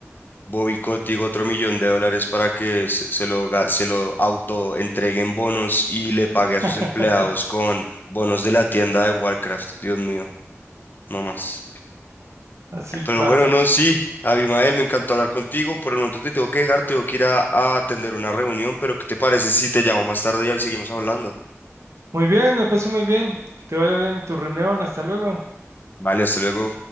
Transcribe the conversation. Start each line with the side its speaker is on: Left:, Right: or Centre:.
Left: Bobby Kotick otro millón de dólares para que se se lo, ga- se lo auto entreguen bonos y le pague
Right: <laughs>
Left: a sus empleados con bonos de la tienda de Warcraft. Dios mío, no más.
Right: Así
Left: Pero
Right: pasa.
Left: bueno, no, sí. Abimael, me encantó hablar contigo. Por el momento te tengo que dejar, tengo que ir a, a atender una reunión, pero ¿qué te parece si te llamo más tarde y seguimos hablando?
Right: Muy bien, me parece muy bien. Que te vaya bien en tu reunión. Hasta luego.
Left: Vale, hasta luego.